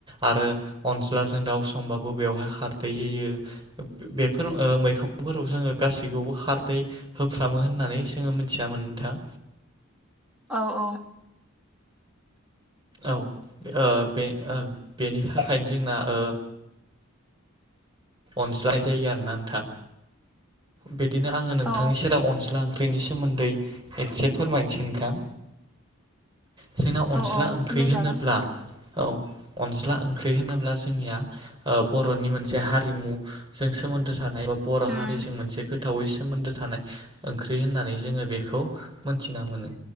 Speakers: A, on the right; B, in the centre.
A: आरो अनज्लाजों दाउ सबाबो बेवहाय खारदै होयो। बेफोर ओ मैखंफोराव जोङो गासैखौबो खारदै होफ्रामो होननानै जोङो मोन थिना मोनो नोंथां।
B: औ
A: औ ओ बे ओ बेनि थाखायनो जोंना ओ अनज्लाय जायो आरोना नोंथां। बिदिनो आङो नोंथांनि
B: औ
A: सेराव अनज्ला ख्रिनि सोमोन्दै एसे फोरमायनोसै नोंथां। जोंना अनज्ला
B: औ
A: ओंख्रि
B: फोरमायजागोन
A: होनोब्ला औ अनज्ला ओंख्रि होनोब्ला जोंनिया ओ बर'नि मोनसे हारि रिमुजों सोमोन्दो थानाय बा बर'
B: उम
A: हारिजों मोनसे गो थौवै सोमोन्दो थानाय ओंख्रि होननानै जोङो बेखौ मोनथिना मोनो।